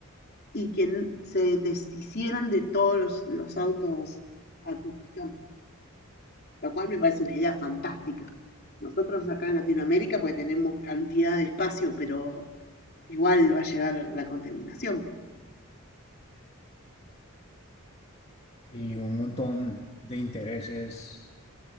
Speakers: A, on the left; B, on the left.
A: y que n- se deshicieran de todos los, los autos a combustión. lo cual me parece una idea fantástica. Nosotros acá en Latinoamérica pues tenemos cantidad de espacio, pero igual va a llegar la contaminación.
B: Y un montón de intereses